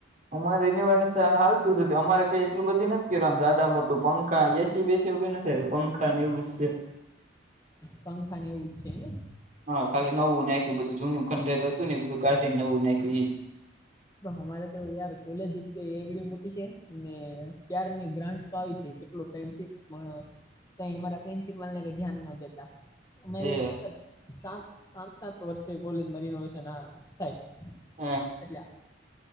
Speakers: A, on the right (about 40°); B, on the left (about 20°).
A: અમારે રિનોવેશન હાલતું જ હતું અમારે કઈ એટલું બધી નથી કર્યું આમ સાડા મોટું પંખા એસી બેસી એવું કઈ નથી આવ્યુંં એવું છે.
B: પંખાને એવું જ છે ને
A: હા ખાલી નવું નાખ્યું બધું જૂનું ખંડેર હતું ને બધું કાઢી નવું નાખ્યું એ
B: અમારે તો યાર કોલેજ જ કે એવડી મોટી છે ને ક્યારની ગ્રાન્ટ તો આવીતી કેટલો ટાઈમથી પણ કઈ અમારા પ્રિન્સિપલને કઈ ધ્યાન ન દેતા. અમારે
A: એ
B: કેટલા સાત સાત સાત વર્ષે કોલેજમાં રિનોવેશન થાય.
A: હા
B: એટલા દર